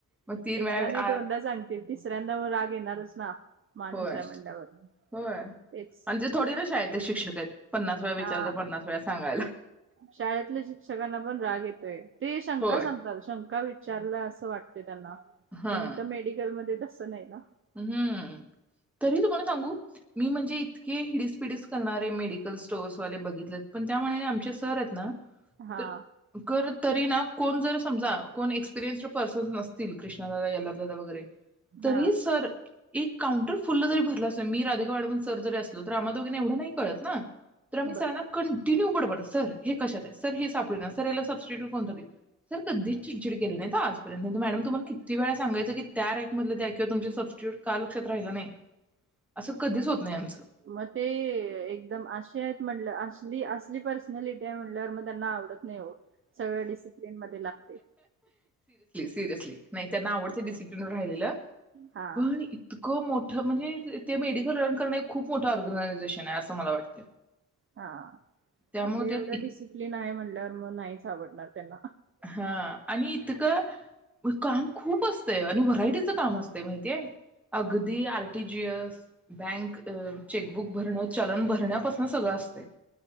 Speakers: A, in the centre; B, on the right.
A: मग तीन
B: एकदा
A: वेळा
B: नाही
A: आ
B: दोनदा सांगतील तिसऱ्यांदा मग राग येणारच ना माणूस
A: होय
B: आहे म्हणल्यावर.
A: होय म्हणजे
B: तेच
A: थोडी ना शाळेत शिक्षक आहेत पन्नास वेळा विचारल
B: हा
A: तर पन्नास वेळा सांगायला
B: शाळेतल्या शिक्षकांना पण राग येतोय ते शंका
A: होय
B: सांगतात शंका वि चारला असं वाटतय त्यांना
A: हा
B: पण इथ मेडिकलमध्ये अस नाही ना
A: हम्म तरी तुम्हाला सांगू मी म्हणजे इतके हिडीसपिडीस करणारे मेडिकल स्टोअर्स वाले बघितलेत पण त्या मानाने आमचे सर आहेत ना
B: हा
A: तर कर तरी ना कोण जर समजा कोण एकस्पिरीयंड्स पर्सन नसतील कृष्णादादा याल्ला दादा वगैरे तरी
B: हा
A: सर एक काउंटर फुल्ल जरी भरला अस मी राधिका मॅडम आणि सर जरी असलो तर आमा दोघीना एवढं नाही कळत ना तर आम्ही
B: बर
A: सरांना कंटिन्यू बडबड सर हे कशात आहे सर हे सापड ना सर याला सर सर हे कशात सर हे सापडेना सर ह्याला सबस्टिट्यूट कोणता देवू सर कधीच चिडचिड केली नाहीत हा तर आजपर्यंत मॅडम तुम्हाला किती वेळा सांगयं की त्या रॅक मधील द्या तुमच सबस्टिट्यूट का लक्षात राहिलं नाही असं कधीच होत नाही आमचं.
B: मग ते एकदम आशे आहेत म्हटलं अशे असली पर्सनॅलिटी आहे म्हणल्यावर म त्यांना आवडत नाही हो सगळ डिसिप्लिन मध्ये लागतय.
A: सिरयसली नाही त्यांना आवडतें डिसिप्लिन राहिलेलं
B: हा
A: पण इत खूप मोठं म्हणजे ते मेडिकल रन करणं एक खूप मोठं ऑर्गनायझेशन आहे असं मला वाटतं.
B: हा
A: त्यामुळे
B: ते एवढं
A: इत-
B: डिसिप्लिन आहे म्हटल्यावर मग नाहीच आवडणार. त्यांना
A: हा आणि इतकं काम खूप असत आणि व्हरायटीच काम असतं माहितीय अगदी R T G S bank chequebook भरण चलन भरण्यापासन सगळं असत